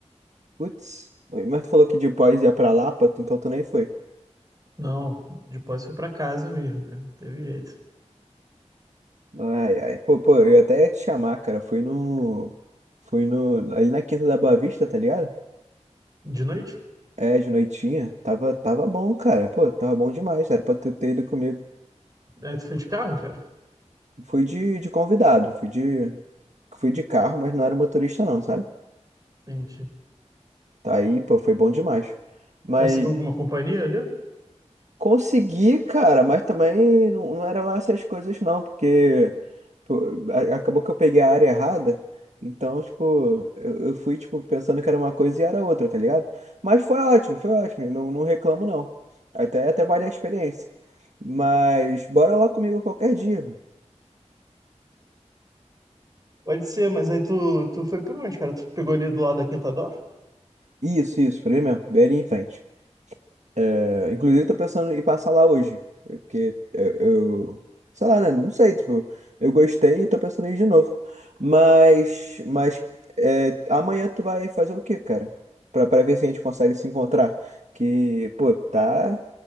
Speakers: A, on the right; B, on the right.
A: Putz, mas tu falou que de Pós ia pra Lapa, tu- então tu nem foi.
B: Não, depois fui pra casa mesmo, cara, não teve jeito.
A: Ai, ai. Pô, pô, eu até ia te chamar, cara. Fui no. Fui no. Ali na Quinta da Boa Vista, tá ligado?
B: De noite?
A: É, de noitinha. Tava, tava bom, cara. Pô, tava bom demais. Era pra tu ter ido comigo.
B: Aí tu foi de carro, cara?
A: Fui de, de convidado. Fui de. Fui de carro, mas não era motorista, não, sabe?
B: Entendi.
A: Tá aí, pô, foi bom demais. Mas
B: Conseguiu alguma companhia ali?
A: Consegui, cara, mas também não, não era lá essas coisas não, porque pô, a- acabou que eu peguei a área errada. Então, tipo, eu, eu fui, tipo, pensando que era uma coisa e era outra, tá ligado? Mas foi ótimo, foi ótimo, não, não reclamo não. Até, até vale a experiência. Mas bora lá comigo qualquer dia. Mano.
B: Pode ser, mas aí tu, tu foi por onde, cara? Tu pegou ali do lado da Quinta Dó?
A: Isso, isso, por aí mesmo, bem ali em frente. É, inclusive, eu tô pensando em passar lá hoje. Porque é, eu. Sei lá, né? Não sei, tipo, eu gostei e tô pensando em ir de novo. Mas. Mas. é, amanhã tu vai fazer o quê, cara? Pra, pra ver se a gente consegue se encontrar. Que, pô, tá.